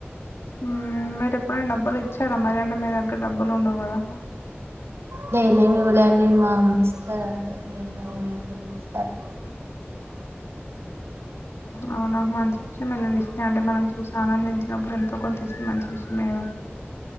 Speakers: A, on the left; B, on the right.
A: మ్మ్ మీరు ఎప్పుడైనా డబ్బులు ఇచ్చారా మరి అంటే మీ దగ్గర డబ్బులు ఉండవు కదా
B: నిను ఏమ్ ఇవ్వలేదండి మా అమ్మ ఇస్తారు అంతే నేను ఎందుకు ఇస్తాను
A: అవునా మంచి విషయామే లేండి అంటే మనం చూసి ఆనందించ మనం ఇంట్లొ నుంచి ఒకరు <unintelligible> మంచి విషయమే కదా